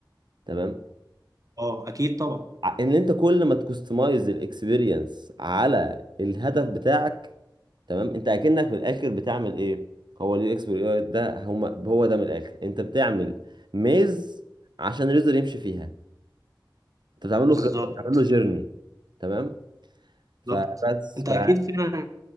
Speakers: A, on the right; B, on the right.
A: تمام
B: اه اكيد طبعا
A: ع- ان انت كل ما تكستمايز الاكسبيرينس على الهدف بتاعك تمام انت اكنك من الاخر بتعمل ايه هو اليو اكس واليو اي ده هما هو ده من الاخر انت بتعمل ميز عشان اليوزر يمشي فيها انت بتعمل له
B: بالظبط
A: خطه بتعمل له جيرني تمام
B: بالظبط
A: فبس
B: انت
A: ف
B: اكيد فعلا